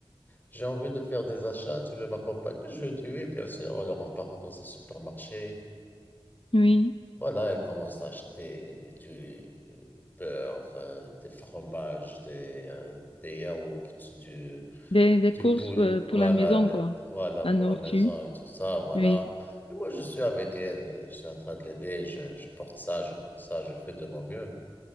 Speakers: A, on the left; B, on the left.
A: j'ai envie de faire des achats, tu veux m'accompagner? Je lui dis, oui, bien sûr. Alors, on part dans un supermarché.
B: Oui.
A: Voilà, elle commence à acheter du beurre, euh, des fromages, des, euh, des yaourts, du,
B: Des, des
A: du
B: courses
A: poule,
B: euh, pour
A: voilà,
B: la maison,
A: le-
B: quoi.
A: voilà,
B: La
A: pour
B: nourriture.
A: la maison et tout ça, voilà.
B: Oui,
A: Et moi, je suis avec elle, je suis en train de l'aider, je, je porte ça, je porte ça, je fais de mon mieux.